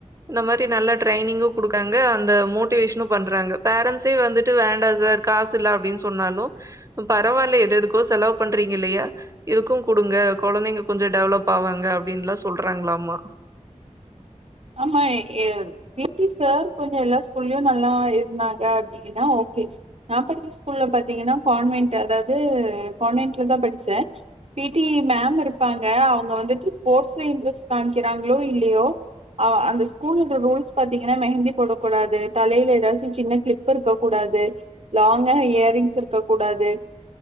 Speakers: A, on the right; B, on the right.
A: இந்த மாரி நல்லா டிரைனிங்கும் குடுக்குறாங்க அந்த மோட்டிவேஷனும் பண்றாங்க பேரண்ட்ஸே வந்துட்டு வேண்டா சார் காசு இல்ல அப்டின்னு சொன்னாலும் பரவாயில்ல எத எதுக்கோ செலவு பண்றீங்க இல்லையா இரதுக்கும் குடுங்க குழந்தைங்க கொஞ்சம் டெவலப் ஆவாங்க அப்டின்னுலாம் சொல்றாங்களமா
B: ஆமா ஏ பீட்டி சார் கொஞ்சம் எல்லா ஸ்கூல்லயும் நல்லா இருந்தாங்க அப்டின்னா ஓகே நான் படிச்ச ஸ்கூல்ல பாத்தீங்கன்னா கான்வென்ட் அதாவது கான்வென்ட்ல தான் படிச்சேன் பீட்டி மேம் இருப்பாங்க அவங்க வந்துட்டு ஸ்போர்ட்ஸ்ல இன்ட்ரெஸ்ட் காமிக்கிறாங்களோ இல்லையோ ஆ அந்த ஸ்கூல் ரூல்ஸ் பாத்தீங்கன்னா மெஹந்தி போடக்கூடாது தலையில ஏதாச்சும் சின்ன கிளிப் இருக்க கூடாது லாங்காக இயரிங்ஸ் இருக்க கூடாது